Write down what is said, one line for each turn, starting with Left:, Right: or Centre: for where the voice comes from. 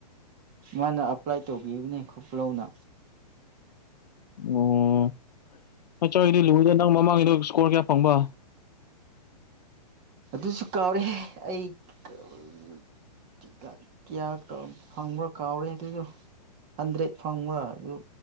Right: ꯃꯥꯅ ꯑꯄ꯭ꯂꯥꯏ ꯇꯧꯕꯤꯕꯅꯦ ꯈꯨ ꯈ ꯂꯧꯅ
Left: ꯑꯣ ꯅꯆꯥꯒꯤꯗꯤ ꯂꯨꯎꯗ ꯅꯪ ꯃꯃꯥꯡꯉꯒꯤꯗ ꯏꯁꯀꯣꯔ ꯀꯌꯥ ꯐꯪꯕ
Right: ꯑꯗꯨꯁꯨ ꯀꯥꯎꯔꯦꯍꯦ ꯑꯩ <unintelligible> ꯀꯌꯥ <unintelligible> ꯐꯪꯕ ꯀꯥꯎꯔꯦ ꯑꯗꯨꯁꯨ ꯍꯟꯗ꯭ꯔꯦꯠ ꯐꯪꯕꯔꯥ ꯑꯗꯨ